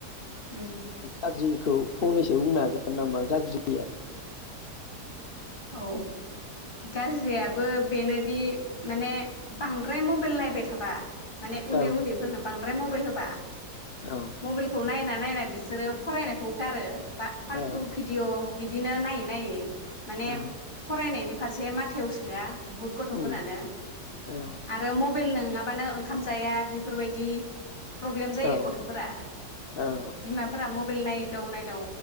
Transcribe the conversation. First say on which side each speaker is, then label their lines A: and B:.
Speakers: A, on the left; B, on the left.
A: उम
B: आ जिखौ फंनैसो बुंनो हागोन नामा गाज्रिया
A: औ गाज्रियाबो बेनो बे माने बांद्राय मु फोल नायबाय थाबा। माने उन्दै
B: औ
A: उन्दैफोरनो बांद मबाइल होबा।
B: औ
A: मबाइलखौ नायनानै नायनानै बिसोरो फरायनायखौ गारो बा फालथु
B: औ
A: भिडिअ बिदिनो नायै नायै माने
B: औ
A: फरायनायनि फारसे माथायाव सोआ । बुहुत गथफोरानो
B: उम औ
A: आरो मब मबाइल नङाबानो ओंखाम जाया बेफोरबायदि। प्रब्लेम जायो
B: औ
A: गथफोरा
B: औ
A: बिमाफोरा मबेल नायदाव नायदाव